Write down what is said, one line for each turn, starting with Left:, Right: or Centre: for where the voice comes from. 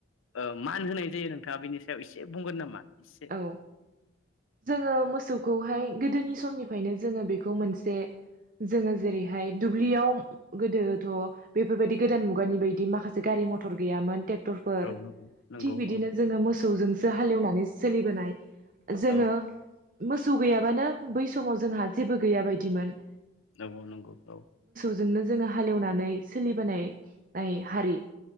Left: ओ मान होनाय जायो नोंथाङा बेनि सायाव एसे बुंगोन नामा? एसे?
Right: औ जोङो मोसौखौहाय गोदोनि बै समनिफायनो जोङो बेखौ मोनसे जोङो जेरैहाय दुब्लियाव गोदोथ' बेफोरबायदि गोदान मुगानि बायदि माखासे गारि मथर गैयामोन टेक टर फोर
Left: औ नंगौ नंगौ
Right: थिक बिदिनो
Left: औ
Right: जोङो मोसौजोंसो हालेवनानै सोलिबोनाय। जोङो
Left: औ
Right: मोसौ गैयाबानो बै समाव जोंहा जेबो गैया बायदिमोन।
Left: नंगौ नंगौ औ।
Right: जोंनो जोङो हालेवनानै सोलिबोनाय नाय हारि।